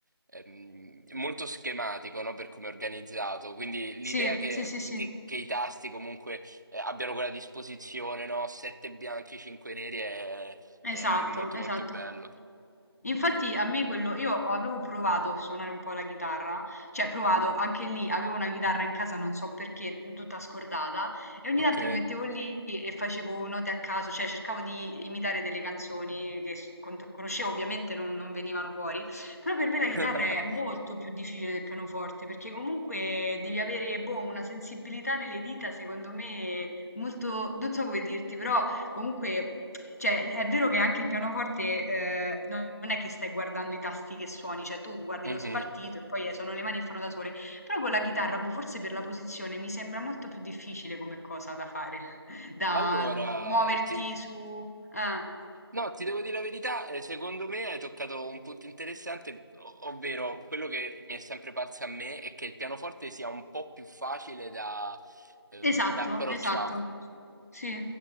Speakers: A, on the right; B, on the left.
A: ehm, molto schematico, no, Per come è organizzato. Quindi l'idea
B: Sì,
A: che,
B: sì, sì, sì,
A: che- che i tasti comunque eh, abbiano quella disposizione, no? Sette bianchi, cinque neri è, è
B: esatto,
A: molto
B: esatto.
A: molto bello.
B: Infatti a me quello, io avevo provato a suonare un po' la chitarra, cioè provato anche lì, avevo una chitarra in casa, non so perché, tutta scordata, e ogni
A: Ok.
B: tanto mi mettevo lì e facevo note a caso, cioè cercavo di imitare delle canzoni che s- con- conoscevo, ovviamente non, non venivano fuori, però per me la chitarra
A: <laughs>
B: è molto più difficile del pianoforte, perché comunque devi avere, boh, una sensibilità nelle dita, secondo me, molto, non so come dirti, però comunque Cioè, è vero che anche il pianoforte, eh, non non è che stai guardando i tasti che suoni, cioè tu guardi
A: Mhm.
B: lo spartito e poi eh, sono le mani che fanno da sole. Però con la chitarra, boh, forse per la posizione, mi sembra molto più difficile come cosa da fare, <laughs> da
A: Allora,
B: di muoverti
A: ti,
B: su... ah.
A: No, ti devo dire la verità, eh, secondo me hai toccato un punto interessante, o- ovvero quello che mi è sempre parso a me è che il pianoforte sia un po' più facile da, ehm,
B: Esatto,
A: da approcciare.
B: esatto. Sì,